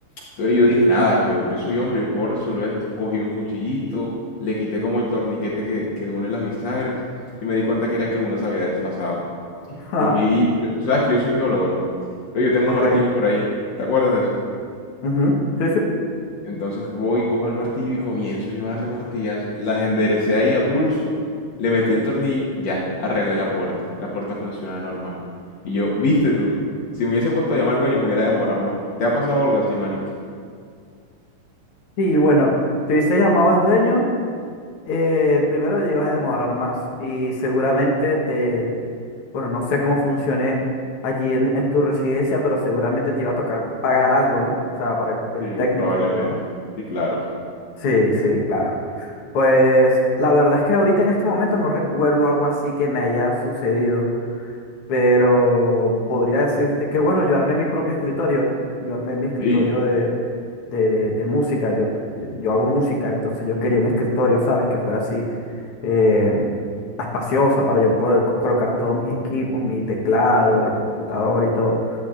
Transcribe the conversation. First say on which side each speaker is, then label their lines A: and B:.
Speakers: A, on the left (about 70°); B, on the left (about 80°).
A: Entonces yo
B: Mm.
A: dije, nada, yo, yo soy hombre, yo puedo resolver esto. Cogí un cuchillito, le quité como el torniquete que, que une las bisagras y me di cuenta que era que una se había desfasado.
B: <laughs>
A: Cogí, yo- tú sabes que yo soy geólogo, ¿no? Entonces yo tengo
B: Ok.
A: un martillo por ahí. ¿Te acuerdas de eso?
B: Ujú, Sí, sí.
A: Entonces voy, cojo el martillo y comienzo yo a darle martillazo. Las enderecé ahí a pulso, le metí el tornillo, ya, arreglé la puerta. La puerta funciona normal. Y yo, viste tú, si me hubiese puesto a llamar al dueño me hubiera demorado más. ¿Te ha pasado algo así, manito?
B: Sí, bueno, te hubiese llamado al dueño, eh, primero te ibas a demorar más y seguramente te, bueno, no sé cómo funcione allí en, en tu residencia, pero seguramente te iba a tocar pagar algo, ¿no? O sea, para el
A: Sí,
B: técnico
A: probablemente.
B: que va.
A: Sí, claro.
B: Sí, sí, claro. Pues la verdad es que ahorita en este momento no recuerdo algo así que me haya sucedido. Pero podría decirte que, bueno, yo armé mi propio escritorio. Yo armé mi escritorio
A: Sí,
B: de, de, de- de música. Yo, yo hago música, entonces yo quería un escritorio, ¿sabes? Que fuera así eh, espacioso para yo poder co- colocar todos mis equipos, mi teclado, la computadora y todo.